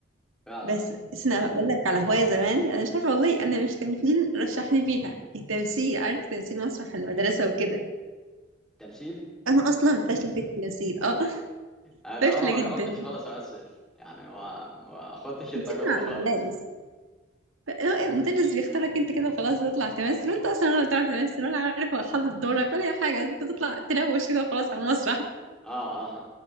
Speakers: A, in the centre; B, on the right (about 85°).
A: فعلا
B: بس بس أنا أقول لك على هواية زمان أنا مش عارفة والله أنا مش كان مين رشحني فيها التمثيل عارف تمثيل مسرح المدرسة وكده
A: تمثيل
B: أنا أصلا فاشلة في التمثيل أه <laughs>
A: آه لو
B: فاشلة
A: انا ما
B: جدا
A: جربتش خالص امثل يعني ما ما خدتش التجربة
B: تمثيل مع الملابس
A: خالص
B: لو إيه، المدرس بيختارك انت كده وخلاص تطلع تمثل وانت اصلا ولا بتعرف تمثل ولا عارف حافظ دورك ولا اي حاجه انت تطلع تلوش كده وخلاص على المسرح
A: اه اه